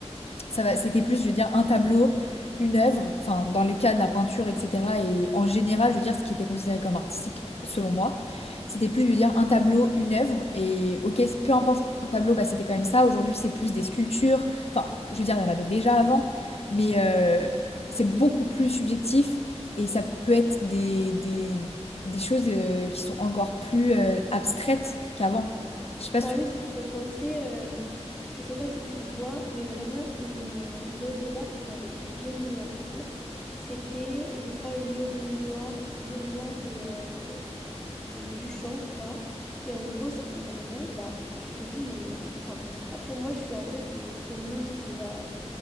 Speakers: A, on the left (about 60°); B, in the centre.
A: ça va, c'était plus, je veux dire, un tableau, une œuvre, enfin, dans le cas de la peinture, etc. Et en général, je veux dire, ce qui était considéré comme artistique, selon moi, c'était plus, je veux dire, un tableau, une œuvre. Et ok, peu importe
B: Ouais.
A: un tableau, bah, c'était quand même ça. Aujourd'hui, c'est plus des sculptures. Enfin, je veux dire, il y en avait déjà avant, mais euh, c'est beaucoup plus subjectif et ça peut être des, des, des choses euh, qui sont encore plus euh, abstraites qu'avant. Je sais pas
B: Bah
A: si
B: oui, ça me fait penser, euh, je sais pas si tu vois, mais vraiment une, euh, une œuvre d'art qu'on avait étudiée nous en cours. C'était, je crois, l'urinoir, l'urinoir de, euh, de Duchamp, je crois. Et en gros, c'était vraiment, bah, tu te dis, mais, enfin, après moi, je suis un peu de ce monde qui va